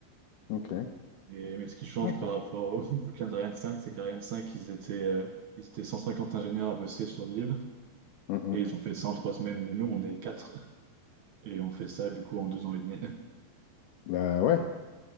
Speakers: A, on the left; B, on the right.
A: Ok.
B: Et, mais ce qui change
A: Ah, c'est-
B: par rapport au <laughs> bouquin d'Ariane 5, c'est qu'Ariane 5 ils étaient, euh, ils étaient 150 ingénieurs à bosser sur le livre.
A: Mhm.
B: Et ils ont fait ça en trois semaines. Et nous, on est quatre. Et on fait ça, du coup, en deux ans et demi. <laughs>
A: Bah ouais.